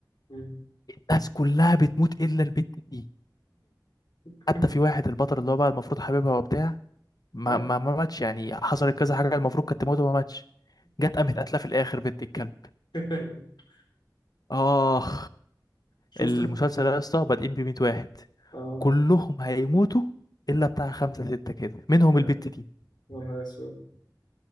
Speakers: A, on the left; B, on the left.
A: مم.
B: الناس كلها بتموت إلا البنت دي
A: <laughs>
B: حتى في واحد البطل اللي هو بقى المفروض حبيبها وبتاع ما
A: مات
B: ما ما ماتش يعني حصلت كذا حاجة المفروض كانت تموت وما ماتش جت قامت قتلة في الآخر بنت الكلب
A: <laughs>
B: آخ
A: شفت
B: المسلسل ده يا اسطى بادئين بميت واحد
A: اه
B: كلهم هيموتوا إلا بتاع خمسة ستة كده منهم
A: يا
B: البت دي
A: يا نهار اسود